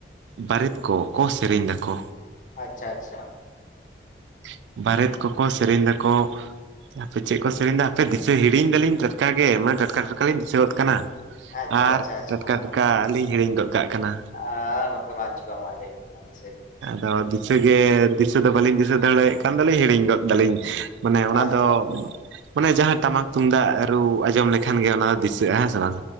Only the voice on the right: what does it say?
ᱵᱟᱨᱮᱛ ᱠᱚ ᱠᱚ ᱥᱮᱨᱮᱧ ᱫᱟᱠᱚ
<inaudible> ᱵᱟᱨᱮᱛ ᱠᱚᱠᱚ ᱥᱮᱨᱮᱧ ᱫᱟᱠᱚ, ᱦᱟᱯᱮ ᱪᱮᱫ ᱠᱚ ᱥᱮᱨᱮᱧ ᱫᱟ ᱦᱟᱯᱮ ᱫᱤᱥᱟᱹ ᱦᱤᱲᱤᱧ ᱫᱟᱞᱤᱧ ᱪᱮᱫ ᱠᱟ ᱜᱮ ᱢᱟᱱᱮ ᱴᱟᱴᱠᱟ ᱴᱟᱴᱠᱟ ᱞᱤᱧ ᱫᱤᱥᱟᱹᱣ ᱜᱚᱫ ᱠᱟᱱᱟ,
ᱟᱨ
ᱴᱟᱴᱠᱟ
ᱴᱟᱴᱠᱟ
ᱟᱞᱤᱧ ᱦᱤᱲᱤᱧ ᱜᱚᱫ ᱠᱟᱜ ᱠᱟᱱᱟ᱾
ᱟᱫᱚ ᱫᱤᱥᱟᱹᱜᱮ ᱫᱤᱥᱟᱹ ᱫᱚ ᱵᱟᱹᱞᱤᱧ ᱫᱤᱥᱟᱹ ᱫᱟᱲᱮᱭᱟᱜ ᱠᱟᱱ ᱫᱟ ᱞᱤᱧ ᱦᱤᱲᱤᱧ ᱜᱚᱫ ᱫᱟᱹᱞᱤᱧ᱾ ᱢᱟᱱᱮ ᱚᱱᱟ
ᱫᱚ ᱢᱟᱱᱮ ᱡᱟᱦᱟᱸ ᱴᱟᱢᱟᱠ ᱛᱩᱢᱫᱟᱜ ᱨᱩ ᱟᱸᱡᱚᱢ ᱞᱮᱠᱷᱟᱱ ᱜᱮ ᱚᱱᱟ ᱫᱚ ᱫᱤᱥᱟᱹᱜᱼᱟ ᱦᱮᱸᱥᱮ ᱵᱟᱝ?